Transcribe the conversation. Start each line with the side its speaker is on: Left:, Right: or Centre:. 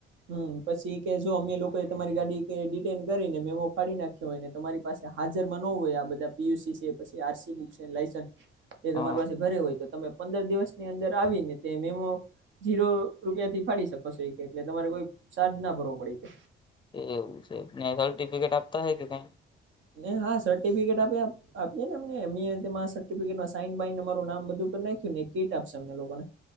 Right: હમ પછી કે જો અમે લોકો તોય તમારી ગાડી ડિટેન મેમો ફાડી નાખ્યો હોય ને તમારી પાસે હાજરમાં ન હોય આ બધા પીયુસી છે પછી આરસી બુક છે લાઇસન્સ
Left: હા
Right: તમારી પાસે ઘરે હોય તો તમે પંદર દિવસની અંદર આવીને તે મેમો જીરો રૂપિયા થી ફાડી શકો છો એ કે તમારે કોઈ ચાર્જ ના ભરવો પડે કે
Left: એવું છે. ને સર્ટિફિકેટ આપતા હો કે કઈ?
Right: ને હા સર્ટિફિકેટ આપે આપ આપીએ ને એમને એ સર્ટિફિકેટમાં સાઈન બાઈન તમારું નામ બધું કરી નાખ્યું ને કીટ આપશે અમને લોકોને